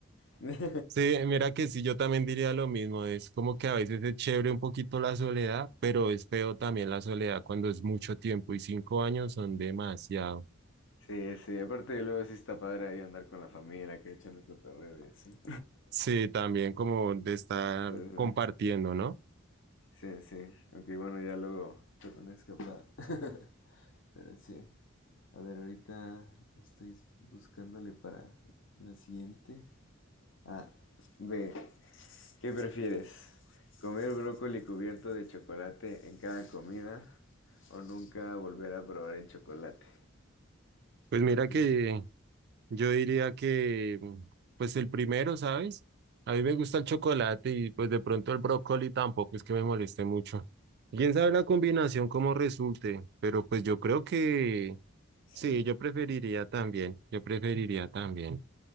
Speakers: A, on the left; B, on the right.
A: <laughs>
B: Sí, mira que sí, yo también diría lo mismo. Es como que a veces es chévere un poquito la soledad, pero es feo también la soledad cuando es mucho tiempo y cinco años son demasiado.
A: Sí, sí, aparte luego sí está padre ahí andar con la familia, que echando el cotorreo y así.
B: Sí, también como de estar
A: Entonces,
B: compartiendo, ¿no?
A: sí, sí, sí, aunque bueno, ya luego te una escapada. <laughs> Pero sí, a ver, ahorita estoy buscándole para la siguiente. Ah, B, ¿qué prefieres? ¿Comer brócoli cubierto de chocolate en cada comida o nunca volver a probar el chocolate?
B: Pues mira
A: Okay.
B: que Yo diría que, pues el primero, ¿sabes? A mí me gusta el chocolate y pues de pronto el brócoli tampoco es que me moleste mucho. ¿Quién sabe la combinación cómo resulte? Pero pues yo creo que
A: Sí.
B: sí, yo preferiría también, yo preferiría también,